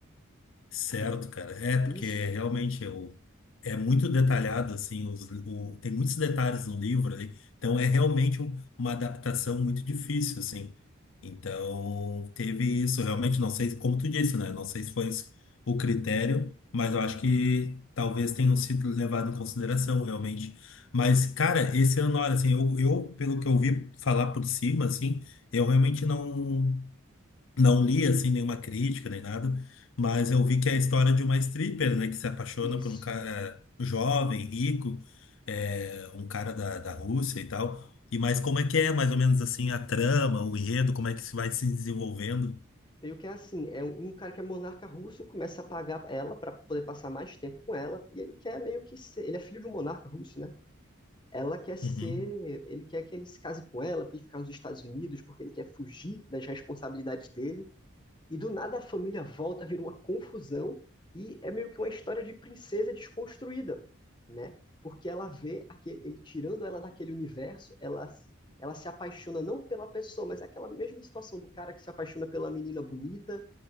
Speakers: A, on the left; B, on the left.
A: Certo, cara. É,
B: Isso.
A: porque realmente eu, é muito detalhado, assim, os, o, tem muitos detalhes no livro ali, então é realmente um- uma adaptação muito difícil, assim. Então, teve isso, realmente, não sei, como tu disse, né? Não sei se foi esse o critério, mas eu acho que talvez tenham sido levado em consideração, realmente. Mas, cara, esse ano, olha, assim, eu, eu, pelo que eu ouvi falar por cima, assim, eu realmente não. Não li assim nenhuma crítica nem nada, mas eu vi que é a história de uma stripper, né, que se apaixona
B: Isso.
A: por um cara jovem, rico, é, um cara da, da Rússia e tal. E mas como é que é, mais ou menos assim, a trama, o enredo, como é que isso vai se desenvolvendo?
B: Meio que é assim, é um um cara que é monarca russo, começa a pagar ela para poder passar mais tempo com ela, e ele quer meio que ser, ele é filho de um monarca russo, né? Ela quer ser,
A: Uhum.
B: ele quer que ele se case com ela para ele ficar nos Estados Unidos, porque ele quer fugir das responsabilidades dele e do nada a família volta, vira uma confusão e é meio que uma história de princesa desconstruída, né? Porque ela vê aquele, ele tirando ela daquele universo, ela, ela se apaixona não pela pessoa, mas é aquela mesma situação do cara que se apaixona pela menina bonita